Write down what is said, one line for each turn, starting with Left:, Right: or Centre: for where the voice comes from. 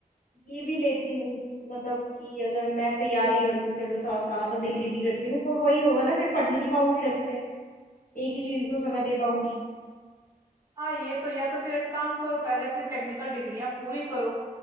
Left: ये भी लेती हूँ मतलब कि अगर मैं तैयारी कर लूँ चलो साथ साथ और डिग्री भी करती हूँ पर वही होगा ना फिर पढ़ नहीं पाऊंगी ढंग से एक ही चीज को समय दे पाऊंगी
Right: हाँ ये तो या तो फिर एक काम करो पहले अपनी टेक्निकल डिग्रियां पूरी करो